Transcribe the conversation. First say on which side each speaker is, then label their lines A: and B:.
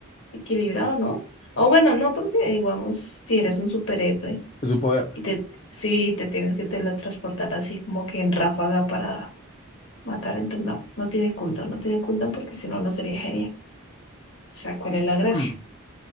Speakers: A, on the left; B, on the left.
A: equilibrado, ¿no? O bueno, no, porque digamos, si eres un superhéroe
B: Es un poder.
A: y te, si te tienes que teletransportar así como que en ráfaga para matar, entonces no, no tiene cooldown, no tiene cooldown porque si no, no sería genial. O sea, ¿cuál es la gracia?
B: Mm.